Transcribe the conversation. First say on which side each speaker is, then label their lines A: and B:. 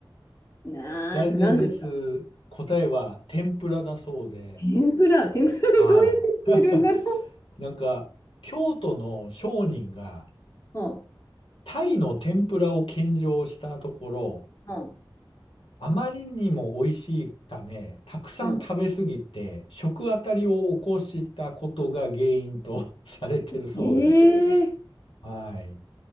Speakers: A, on the left; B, on the left.
A: な、
B: 残念です。
A: なんですか。
B: 答えは天ぷらだそうで。
A: 天ぷら、天ぷらでどうやって食べるんだろ
B: はい。<laughs> なんか、京都の商人が
A: う。<laughs> うん、
B: タイの天ぷらを献上したところ、
A: うん、
B: あまりにも美味しいため、たくさん食べ過ぎて、
A: うん。
B: 食あたりを起こしたことが原因と <laughs> されてるそうで。
A: ええー。
B: はい。